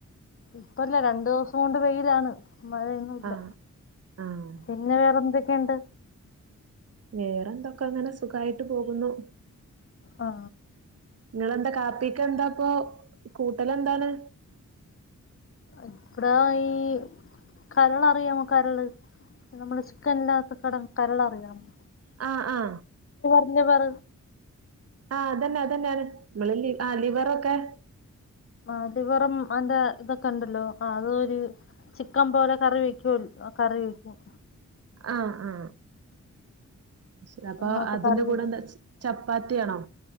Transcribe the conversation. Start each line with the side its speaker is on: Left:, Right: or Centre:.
Left: ഇപ്പല്ല രണ്ടു ദിവസം കൊണ്ട് വെയിലാണ് മഴൊന്നുംല്ല
Right: ആഹ് ആഹ്
Left: പിന്നെ വേറെന്തൊക്കെയുണ്ട്
Right: വേറെ എന്തൊക്കെ അങ്ങനെ സുഖായിട്ട് പോകുന്നു
Left: ആ
Right: നിങ്ങളെന്താ കാപ്പിക്ക് എന്താപ്പൊ കൂട്ടലെന്താണ്
Left: ഇപ്പടാ ഈ കരളറിയാമോ കരള് നമ്മള് ചിക്കൻൻ്റാത്തെ കടം കരളറിയാമോ
Right: ആ ആ
Left: പിന്നെ പറ
Right: ആ അതന്നെ അതന്നെയാണ് നമ്മള് ലിവ് ആ ലിവറൊക്കെ
Left: ആ ലിവറും അന്റെ ഇതൊക്കെ ഉണ്ടല്ലോ അതൊ ഒരു ചിക്കൻ പോലെ കറി വെക്കൂ കറി വെക്കും
Right: ആ ആ ശരി അപ്പൊ
Left: അങ്ങനത്തെ
Right: അതിന്റെ
Left: കറി വെക്കണം
Right: കൂടെ എന്താ പാറ്റിയാണോ